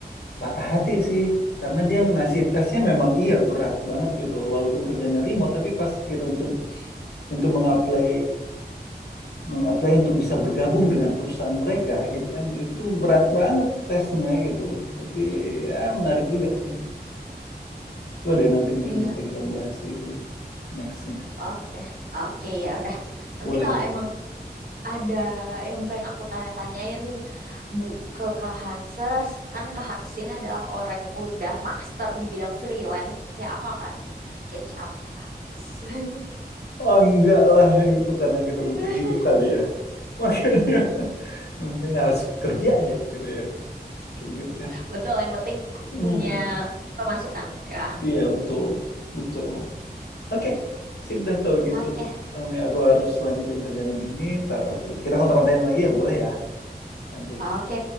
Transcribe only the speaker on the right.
Iya.
Oke. Oke, ya udah. Nanti
kalau
emang ada yang pengen aku tanya-tanyain Bu ke Kak Hanses. Kan Kak Hanses ini adalah orang yang udah master di bidang freelance. Ya, aku akan catch up Kak Hanses.
<laughs>
Betul, yang penting
punya pemasukan ya kan.
Oke,
oke.